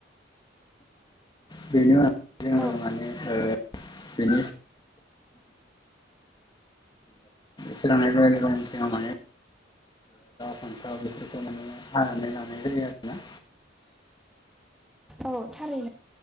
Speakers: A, on the left (about 25°); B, in the centre.
A: बेनो माने
B: औ
A: बे स नेल गलि मोन जग मान फान्थाव बेफोरखौ माने हानानै लानाय जायो आरो ना।
B: औ थारैनो